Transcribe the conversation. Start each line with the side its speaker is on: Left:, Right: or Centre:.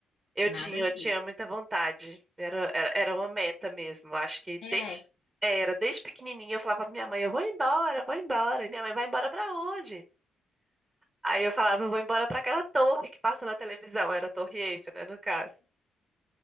Right: eu
Left: nada
Right: tinha,
Left: disso.
Right: eu tinha muita vontade. Era, era, era uma meta mesmo. Eu Acho que
Left: É,
Right: desde, é, era, desde pequenininha eu falava pra minha mãe, eu vou embora, eu vou embora. E minha mãe, vai embora pra onde? Aí eu falava, eu vou embora pra aquela torre que passa na televisão. Era a Torre Eiffel, né, no caso.